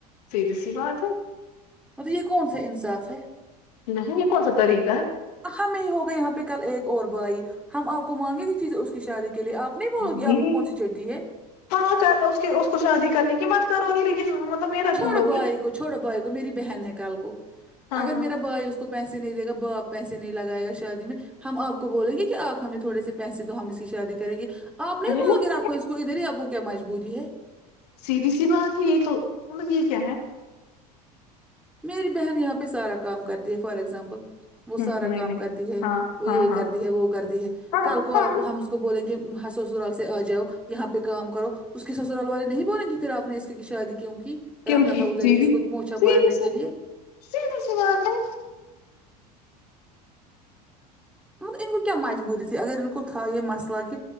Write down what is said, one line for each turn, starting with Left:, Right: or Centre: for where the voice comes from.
Left: سیدھی سی بات ہے
Centre: مطلب یہ کون سا انصاف ہے
Left: نہیں یہ کون سا طریقہ ہے
Centre: ہم ہی ہوگا یہاں پہ کل ایک اور بھائی ہم آپ کو مانگے گی چیزیں اس کی شادی کے لیے آپ نہیں بولو
Left: جی
Centre: گی آپ کو کون سی چٹی ہے
Left: ہاں کرلو اس اس کو شادی کرنے کی مت کرو ہی لیکن مطلب میرا
Centre: چھوڑدو
Left: کیوں لوگے
Centre: آںی کو چھوڑدو آئی کو میری بہن ہے کل کو
Left: ہاں
Centre: اگر
Left: ہاں
Centre: میرا بھائی اس کو پیسے نہیں دے گا باپ پیسے نہیں لگائے گا شادی میں ہم آپ کو بولیں گے کہ آپ ہمیں تھوڑے سے پیسے دو ہم اس کی شادی کریں گے آپ نہیں
Left: ارے
Centre: بولو
Left: نا
Centre: گے راکھو اس کو ادھر ہی آپ کو کیا مجبوری ہے
Left: سیدھی سی بات ہے یہ تو مطلب یہ کیا ہے
Centre: میری بہن یہاں پہ سارا کام کرتی ہے فار اگزامپل وہ
Left: ہ
Centre: سارا
Left: نہیں
Centre: کام
Left: نہیں
Centre: کرتی ہے
Left: ہاں
Centre: وہ
Left: ہاں
Centre: یہ
Left: ہاں
Centre: کرتی ہے وہ کرتی ہے
Left: ہاں
Centre: کل کو
Left: ہاں
Centre: آپ ہم کو بولیں کہ ہاں سسرال سے آ جاؤ یہاں پہ کام کرو اس کی سسرال والے نہیں بولیں گے پھر آپ نے اس کی شادی کیونکہ
Left: کیونکہ
Centre: رکھنا تھا ادھر
Left: سیدھی
Centre: ہی اس کو پوچھا
Left: سیدھی
Centre: مارنے
Left: سی
Centre: کے لیے
Left: سیدھی سی بات ہے
Centre: مطلب ان کو کیا مجبوری تھی اگر ان کو تھا یہ مسئلہ کہ